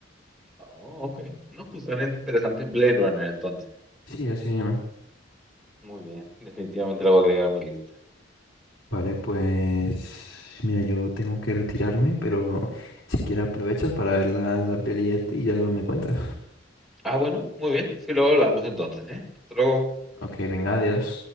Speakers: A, in the centre; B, on the left.
A: Oh, ok. No, pues suena interesante Blade Runner entonces.
B: Sí, así se llama.
A: Muy bien, definitivamente la voy a agregar a mi lista.
B: Vale, pues mira, yo tengo que retirarme, pero si quieres aprovechas para ver la, la peli esta y ya luego me cuentas.
A: Ah, bueno, muy bien. Sí, luego hablamos entonces, ¿eh? Hasta luego.
B: Ok, venga, adiós.